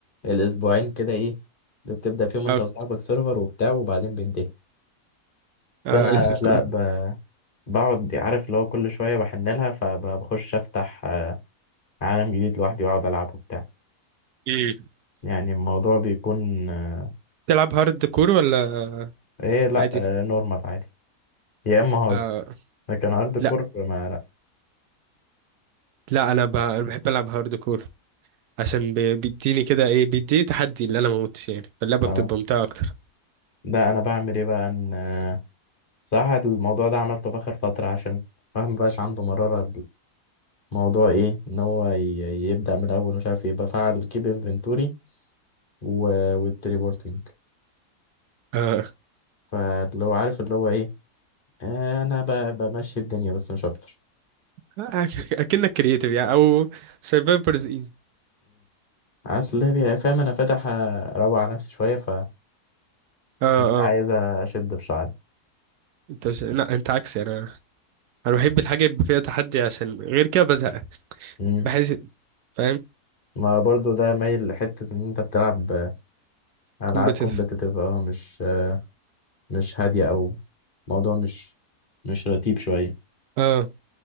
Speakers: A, on the left; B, on the right.
A: الاسبوعين كده ايه اللي بتبدا فيهم انت
B: اه
A: وصاحبك سيرفر وبتاع وبعدين بينتهي بس
B: اه
A: انا
B: <laughs> اسم
A: لا
B: كله
A: ب... بقعد عارف اللي هو كل شوية بحن لها فبخش أفتح آه، عالم جديد لوحدي وأقعد ألعب وبتاع
B: إيه.
A: يعني الموضوع بيكون آه،
B: تلعب هارد كور ولا
A: إيه لأ
B: عادي
A: آه، نورمال عادي يا إما هارد
B: آه
A: لكن هارد كور
B: لا
A: ما لأ
B: لا انا ب... أنا بحب العب هارد كور عشان بي- بيديني كده ايه بيديني تحدي اللي انا ما موتش يعني فاللعبه
A: آه.
B: بتبقى ممتعه اكتر
A: ده أنا بعمل إيه بقى إن آه، صراحة الموضوع ده عملته في آخر فترة عشان الواحد مبقاش عنده مرارة الموضوع إيه إن هو ي- يبدأ من الأول ومش عارف إيه بفعل كيب إنفنتوري والتليبورتنج
B: اه
A: فاللي هو عارف اللي هو إيه آه، أنا ب- بمشي الدنيا بس مش أكتر
B: <laughs> أك- اكنك كرييتيف يعني او سرفايفرز ايزي
A: اصل هي فاهم انا فاتح اروق على نفسي شويه فمش
B: اه
A: عايز
B: اه
A: اشد في شعري
B: انت ش... لا انت عكسي انا انا بحب الحاجه يبقى فيها تحدي عشان غير كده بزهق
A: امم
B: بحس فاهم
A: ما برضو ده مايل لحته ان انت بتلعب العاب
B: كومبيتيتيف
A: كومبتيتيف اه مش مش هاديه او موضوع مش مش رتيب شويه
B: اه